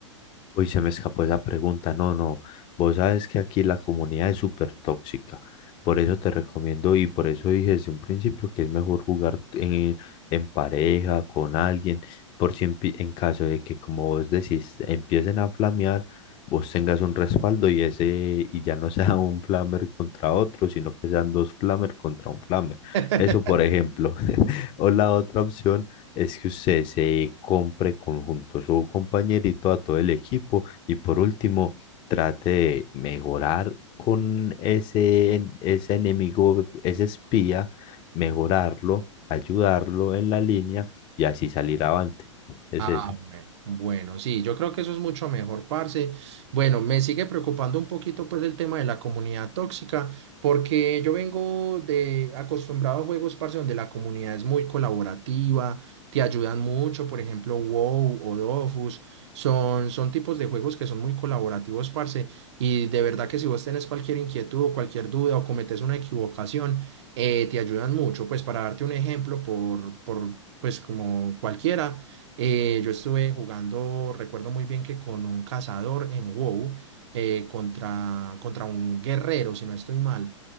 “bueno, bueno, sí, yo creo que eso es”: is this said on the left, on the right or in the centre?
Right